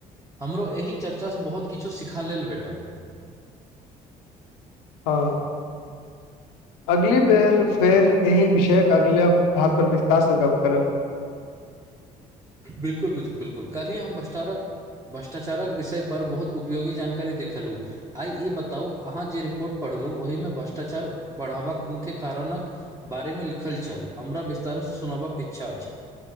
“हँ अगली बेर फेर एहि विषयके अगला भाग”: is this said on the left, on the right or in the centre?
Left